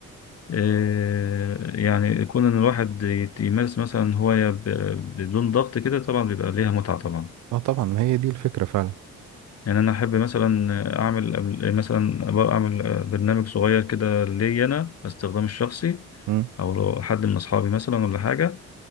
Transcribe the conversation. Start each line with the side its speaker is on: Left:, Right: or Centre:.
Left: آه، يعني يكون إن الواحد يت- يمارس مثلا هواية ب- بدون ضغط كده طبعا بيبقى ليها متعة طبعا
Right: اه طبعا ما هي دي الفكرة فعلا
Left: يعني أنا أحب مثلا أعمل أعمل- مثلا أبقى أعمل آه، برنامج صغير كده ليا أنا باستخدامي الشخصي
Right: مم.
Left: أو لو حد من أصحابي مثلا ولا حاجة